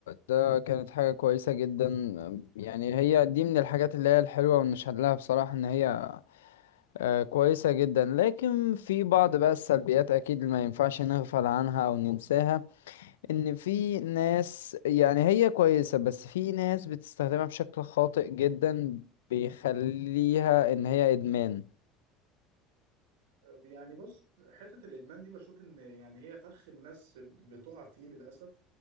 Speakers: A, on the left (about 80°); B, on the right (about 75°).
A: ده كانت حاجه كويسه جدا يعني هي دي من الحاجات اللي هي الحلوه ونشهد لها بصراحه ان هي آه، كويسه جدا لكن في بعض بقى السلبيات اكيد اللي ما ينفعش نغفل عنها او ننساها ان في ناس يعني هي كويسة بس في ناس بتستخدمها بشكل خاطئ جدا بيخليها ان هي ادمان
B: يعني بص حتة الإدمان دي بشوف إن يعني هي فخ الناس بتقع فيه للأسف